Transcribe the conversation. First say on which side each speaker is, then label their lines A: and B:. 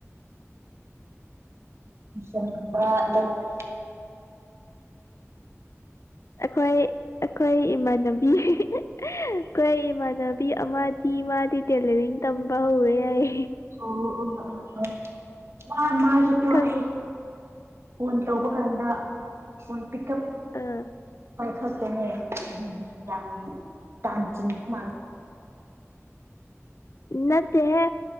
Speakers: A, on the right; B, on the left.
A: ꯆꯥꯛ <unintelligible> ꯂꯧꯕꯅꯦ
B: ꯑꯩꯈꯣꯏ ꯑꯩꯈꯣꯏ ꯏꯃꯥꯟꯅꯕꯤ ꯑꯩꯈꯣꯏ ꯏꯃꯥꯟꯅꯕꯤ ꯑꯃꯗꯤ ꯃꯥꯗꯤ ꯇꯦꯂꯔꯤꯡ ꯇꯝꯕ ꯍꯧꯔꯦ ꯌꯥꯏ
A: ꯑꯣ ꯑꯣ ꯑꯣ ꯑꯣ ꯃꯥ ꯃꯥꯁꯨ ꯊ
B: ꯈꯪ
A: ꯑꯩ ꯐꯣꯟ ꯇꯧꯕ ꯀꯥꯟꯗ ꯐꯣꯟ ꯄꯤꯛ ꯑꯞ
B: ꯑꯥ
A: ꯄꯥꯏꯈꯠꯇꯦꯅꯦ ꯕꯤꯖꯤ ꯌꯥꯝ ꯇꯥꯟ ꯆꯤꯡ ꯕ ꯃꯥꯜ
B: ꯅꯠꯇꯦꯍꯦ